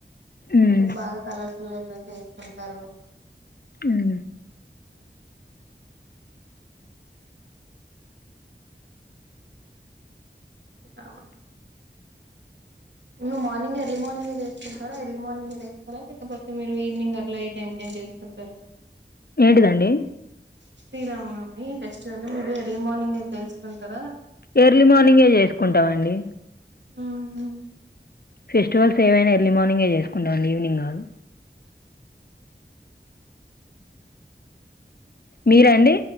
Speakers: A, on the left; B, on the right.
A: మ్మ్
B: బాగా కలర్స్ చేసుకుంటారు
A: అవు
B: ఉ అవు నువ్వు మార్నింగ్ ఎర్లీ మార్నింగ్ చేసుకుంటారా ఎర్లీ మార్నింగ్ చేస్తారా లేకపోతే మీరు ఈవినింగ్ అట్లా ఏ టైంకింత చేసుకుంటారా
A: దండి
B: శ్రీరామనమి ఫెస్టివల్ మీరు ఎర్లీ మార్నింగ్ తెలుసుకుంటారు
A: ఎర్లీ మార్నింగే చేసుకుంటామండి
B: అవు
A: ఫెస్టివల్స్ ఏవైనా ఎర్లీ మార్నింగే చేసుకుంటా అండి ఈవినింగ్ కాదు మీరండి